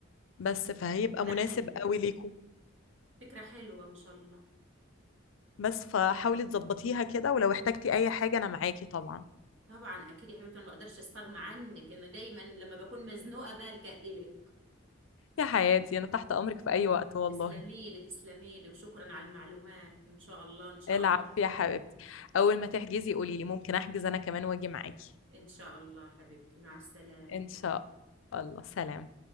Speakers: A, on the left; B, on the right.
A: بس فهيبقى
B: فكره
A: مناسب
B: حلوه
A: قوي ليكوا
B: فكره حلوه ما شاء الله
A: بس فحاولي تظبطيها كده ولو احتجتي اي حاجة انا معاكي طبعا
B: طبعا اكيد يا حبيبتي انا ما اقدرش استغنى عنك انه دايما لما بكون مزنوقه بلجأ الك
A: يا حياتي انا تحت امرك في اي وقت والله
B: تسلمي لي تسلمي لي وشكرا على المعلومات ان شاء الله ان شاء
A: العب
B: الله بنساعد
A: يا حبيبتي اول ما تحجزي قولي لي ممكن احجز انا كمان واجي معاكي
B: ان شاء الله حبيبتي مع السلامة
A: ان شاء الله سلام